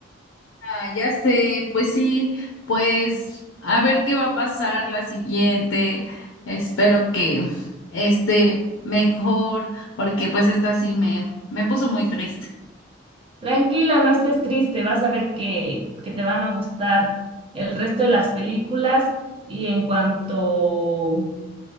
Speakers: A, on the left; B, on the right.
A: Ah, ya sé, pues sí, pues a ver qué va a pasar la siguiente. Espero que esté mejor, porque pues esta sí me, me puso muy triste.
B: Tranquila, no estés triste, vas a ver que, que te van a gustar el resto de las películas y en cuanto,